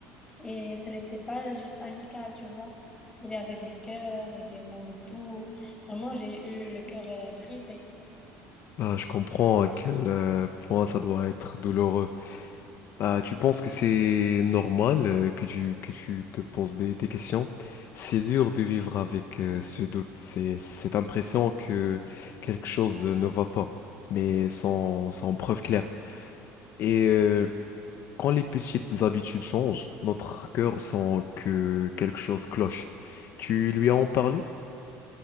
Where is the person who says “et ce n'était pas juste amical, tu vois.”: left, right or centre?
Left